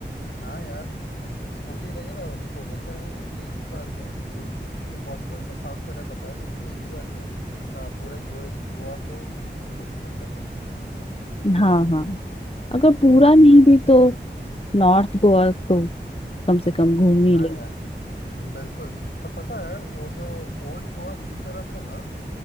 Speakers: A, on the left; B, on the left.
A: हाँ यार स्कूटी लेंगे ना कोशिश करेंगे कि एक ही बार में जो कि इम्पॉसिबल सा साउंड कर रहा है पता है लेकिन एक ही बार में अ, पूरे गोए गोवा को घूमने की कोशिश करते हैं अपन
B: हाँ हाँ अगर पूरा
A: हाँ
B: नहीं भी तो नॉर्थ गोवा तो कम से कम घूम ही
A: हाँ
B: ले
A: यार बिल्कुल और पता है वो जो ओल्ड गोवा की तरफ है ना